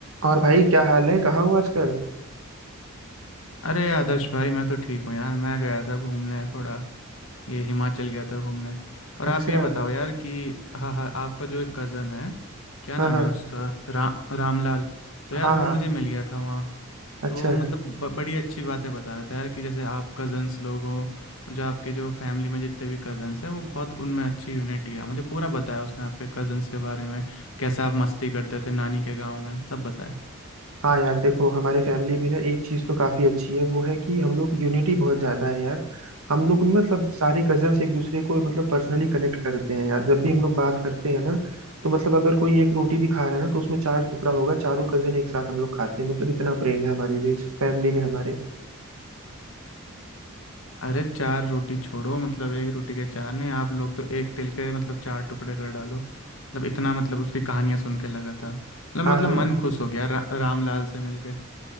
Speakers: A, on the right; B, on the left.
A: और भाई क्या हाल है कहाँ हो आजकल
B: अरे आदर्श भाई मैं तो ठीक हूँ यार मैं गया था घूमने थोड़ा ये हिमाचल गया था घूमने और आप
A: अच्छा
B: ये बताओ यार कि हाँ हाँ आपका जो एक कज़न है क्या
A: हाँ
B: नाम
A: हाँ
B: है उसका रा, रामलाल तो यार
A: हाँ
B: वो
A: हाँ
B: मुझे मिल गया था वहाँ
A: अच्छा
B: तो मतलब ब, बड़ी अच्छी बातें बता रहा था यार कि जैसे आप कज़न्स लोग हों और जो आपके जो फैमिली में जितने भी कज़न्स हैं वो बहुत उनमें अच्छी यूनिटी है मुझे पूरा बताया उसने आपके कज़न्स के बारे में कैसे आप मस्ती करते थे नानी के गाँव में सब बताया
A: हाँ यार देखो हमारे फैमिली में ना एक चीज तो काफी अच्छी है वो है कि हम लोग यूनिटी बहुत ज्यादा है यार हम लोग मतलब सारे कजन्स एक दूसरे को मतलब पर्सनली कनेक्ट करते हैं यार जब भी हम लोग बात करते हैं ना तो मतलब अगर कोई एक रोटी भी खा रहा है ना तो उसमें चार टुकड़ा होगा चारों कजन एक साथ हम लोग खाते हैं मतलब इतना प्रेम है हमारे बीच फैमिली में हमारे
B: अरे चार रोटी छोड़ो मतलब एक रोटी के चार नहीं आप लोग तो एक तिल के मतलब चार टुकड़े कर डालो मतलब इतना मतलब उसकी कहानियां सुन के लगा था मतलब
A: हाँ
B: मतलब
A: हाँ
B: मन खुश हो गया रा, रामलाल से मिलके